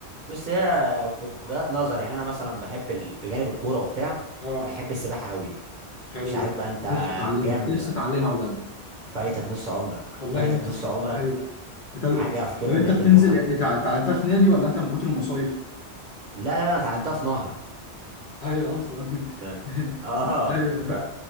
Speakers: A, on the right; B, on the left.
A: بص هي وجهات نظر يعني انا مثلا بحب ال... بجانب الكوره وبتاع
B: اه
A: بحب السباحه قوي
B: حلو
A: مش عارف
B: ده
A: بقى انت
B: نفسي اتعلمها
A: جامد
B: نفسي اتعلمها بجد
A: فايتك نص عمرك
B: والله
A: فايتك
B: نفسي
A: نص عمرك
B: ايوه انت
A: حاجه في قمه
B: لو انت بتنزل
A: المتعه
B: اتع- اتعلمتها في نادي ولا انت من كتر المصايف؟
A: لا لا لا انا اتعلمتها في نهر
B: ايوه اصلا <laughs>
A: يعني اه
B: ايوه
A: ف...